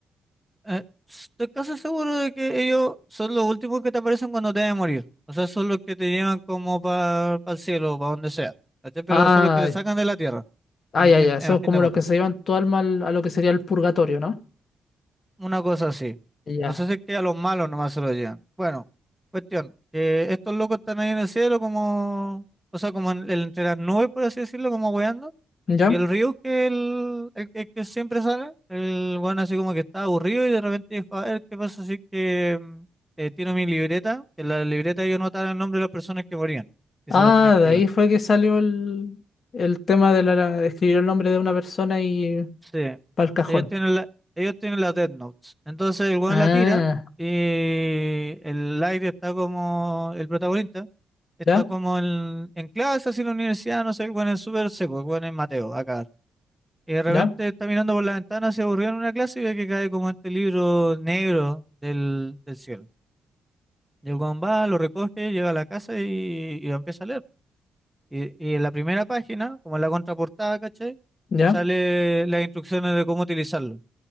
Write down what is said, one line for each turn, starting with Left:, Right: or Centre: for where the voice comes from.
Centre: eh, estoy casi seguro de que ellos son los últimos que te aparecen cuando te deben morir. O sea, son los que te llevan como para el cielo, para donde sea. ¿cachai? Pero
Left: Ah,
Centre: son los que te sacan de la tierra,
Left: ah,
Centre: eh,
Left: ya, ya. Son
Centre: eh, a fin
Left: como
Centre: de cuentas.
Left: los que se llevan tu alma al- a lo que sería el purgatorio, ¿no?
Centre: Una cosa así.
Left: Ya.
Centre: No sé si es que a los malos nomás se lo llevan. Bueno, cuestión, que estos locos están ahí en el cielo como, o sea, como en- entre las nubes, por así decirlo, como hueando.
Left: ¿Ya?
Centre: Y el río que el, el que, que siempre sale, el weón así como que está aburrido y de repente dijo, a ver, ¿qué pasa si que mm, eh, tiro mi libreta? Que en la libreta yo anotaba el nombre de las personas que morían. Esa
Left: Ah,
Centre: la tenía que
Left: de
Centre: llevar.
Left: ahí fue que salió el, el tema de, la, la- de escribir el nombre de una persona y
Centre: Sí,
Left: para el cajón.
Centre: ellos tienen la, ellos tienen las Death Notes. Entonces el weón
Left: Ah,
Centre: la tira y el Light está como el protagonista, está
Left: ya,
Centre: como en, en clase, así en la universidad, no sé, el weón es súper seco, el weón es Mateo, a cagar. Y de repente
Left: ya,
Centre: está mirando por la ventana, se aburrió en una clase y ve que cae como este libro negro del, del cielo. Y el weón va, lo recoge, llega a la casa y, y lo empieza a leer. Y, y en la primera página, como en la contraportada, ¿cachai?
Left: ya.
Centre: Sale las instrucciones de cómo utilizarlo.